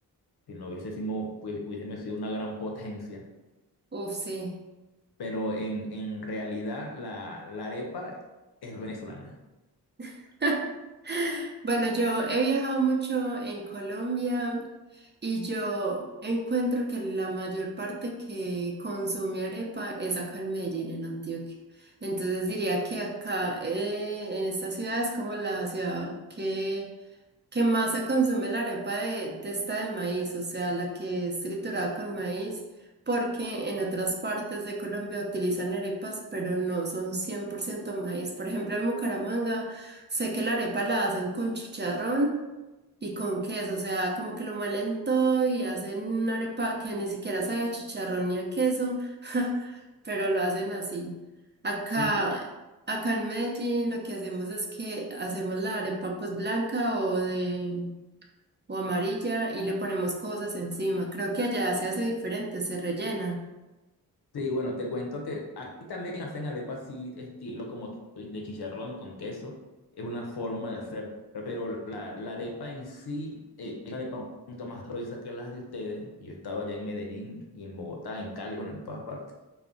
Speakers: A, on the left (about 70°); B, on the right (about 25°).
A: Si no hubiésemos, pues, hubiésemos sido una gran potencia.
B: Uf, sí.
A: pero en, en realidad la, la arepa es venezolana.
B: <laughs> Bueno, yo he viajado mucho en Colombia y yo encuentro que la mayor parte que consume arepa es acá en Medellín, en Antioquia. Entonces diría que acá, eh, en esta ciudad, es como la ciudad que ¿Qué más se consume la arepa de, de esta de maíz? O sea, la que es triturada con maíz, porque en otras partes de Colombia utilizan arepas, pero no son 100% maíz. Por ejemplo, en Bucaramanga sé que la arepa la hacen con chicharrón. Y con queso, o sea, como que lo muelen todo y hacen una arepa que ni siquiera sabe a chicharrón ni a queso, <laughs> pero lo hacen así. Acá,
A: Sí, sí.
B: acá en Medellín lo que hacemos es que hacemos la arepa pues blanca o de o amarilla y le ponemos cosas encima. Creo que allá se hace diferente, se rellena.
A: Sí, bueno, te cuento que aquí también hacen arepas así, estilo como tú, dices, de chicharrón con queso. Es una forma de hacer, pero la, la arepa en sí eh, es una arepa un poquito más gruesa que las de ustedes. Yo he estado allá en Medellín y en Bogotá, en Cali, bueno, en todas partes.